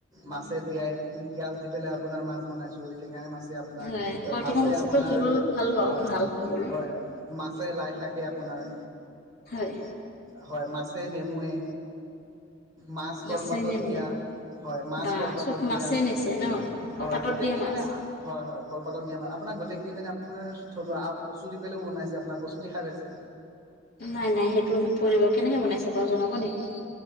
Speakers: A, on the right; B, on the left.
A: মাছে পিয়াই পিয়াঁজ দি পেলাই আপোনাৰ মাছ বনাইছোঁ ঐ টেঙাই মাছে আপোনাৰ
B: হয় ঔটেঙা
A: মাছে
B: মাছতো
A: আপোনাৰ
B: জোল
A: হয়
B: ভাল পাওঁ ভাল
A: হয়
B: খাবলৈ
A: হয় হয় মাছে লাই শাকে আপোনাৰ
B: হয়
A: হয় মাছে নেমুৱে মাছ কলপাতত
B: মাছে নেমু
A: দিয়া হয় মাছ
B: বা
A: কলপাতত
B: চব
A: দিয়া
B: মাছেই নিছে ন
A: হয়
B: অ পাতত
A: গোটেইখিনি
B: দিয়া মাছ
A: মানে হয় হয় কলপাতক দিয়া আমাৰ আপোনাৰ গোটেইখিনি মানে আপোনাৰ আও থলুৱা কচু দি পেলেও বনাইছে আপোনাৰ কচু দি খাই পাইছে
B: নাই নাই সেইটো আমি ফুৰিব কেনেকে বনাইছে বাৰু জনাব নেকি?